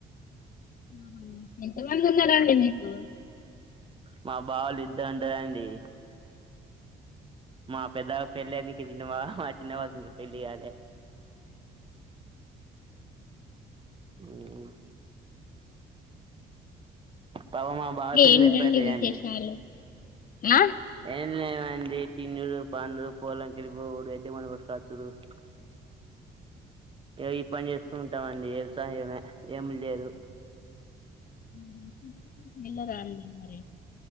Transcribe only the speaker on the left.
ఆ ఎంత మంది ఉన్నారండి మీకు
ఏంటండి
విశేషాలు ఆ
<unintelligible> మరి